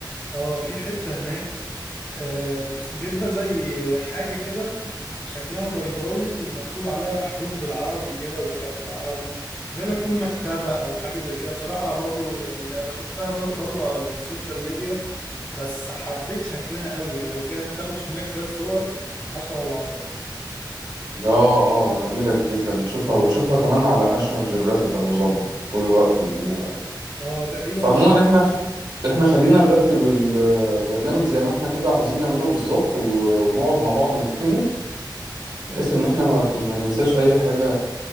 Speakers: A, on the left (about 20°); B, on the right (about 60°).
A: اه في حتة هناك آه، بيبقى زي حاجة كده شكلها بيضاوي ومكتوب عليها حروف بالعربي كده وكلام بالعربي زي ما تكون مكتبة أو حاجة زي كده بصراحة برضو يعني أنا شفتها بس برضو على السوشيال ميديا بس حبيت شكلها قوي يعني وفيها بتاخد هناك شوية صور عشرة على عشرة
B: اه اه ده جميلة جدا بشوفها وبشوفها كمان على ناشونال جيوغرافيك أبو ظبي طول الوقت بيجيبوها يعني
A: اه تقريبا
B: فعموما
A: اللي هو
B: احنا احنا خلينا نرتب ال- البرنامج زي ما احنا كده عايزين نعمله بالظبط و- ونقعد مع بعض نكتبه بحيث ان احنا ما ت- ما ننساش اي حاجة